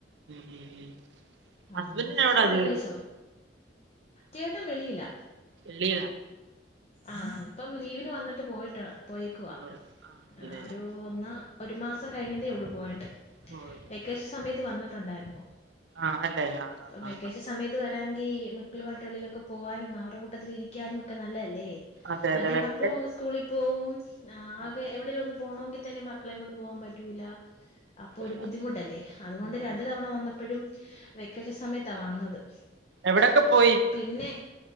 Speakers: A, on the right; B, on the left.
A: ഉം ഉം ഉം. ഹസ്ബൻഡിന്
B: ആഹ്
A: എവിടാ
B: ചോറൊക്കെ
A: ജോലി
B: കഴിച്ചോ? ചേട്ടൻ വെളിയില.
A: ഇല്യാ
B: ആഹ് ഇപ്പം ലീവിന് വന്നിട്ട് പോയിട്ട് പോയിക്കവാ.
A: ഇവൾ ആണല്ലേ
B: ആഹ് ഒരു
A: ആ
B: ഒന്നാ ഒരു മാസം കഴിഞ്ഞതേ ഉള്ളൂ പോയിട്ട്
A: പോയിട്ട്
B: ഏകശം
A: ആ
B: സമയത്ത് വന്നിട്ടുണ്ടായിരുന്നു.
A: ആണല്ലേ ആഹ്
B: ഇപ്പൊ
A: ആഹ്
B: വെക്കേഷൻ
A: ആഹ് ആഹ്
B: സമയത്ത് വരാങ്കിൽ മക്കള പാട്ടികളിലൊക്കെ പോവാനും അവരുടെ കൂട്ടത്തിൽ ഇരിക്കാനും ഒക്കെ നല്ലല്ലേ?
A: അതെ
B: മറ്റേ
A: അതെ വെക്കെ
B: മക്കളും അങ് സ്കൂളി പോവും ആകെ
A: അതെ
B: എവിടെലുന്നു പോണങ്കി തന്നെ മക്കളെ കൊണ്ട് പോകാൻ പറ്റൂല്ല. അപ്പൊ ഒരു
A: അല്ല
B: ബുദ്ധിമുട്ടല്ലേ അതുകൊണ്ട്
A: ഉം
B: രണ്ട് തവണ വന്നപ്പഴും വെക്കശ സമയത്താ വന്നത്.
A: എവിടെക്കെ പോയി?
B: പിന്നെ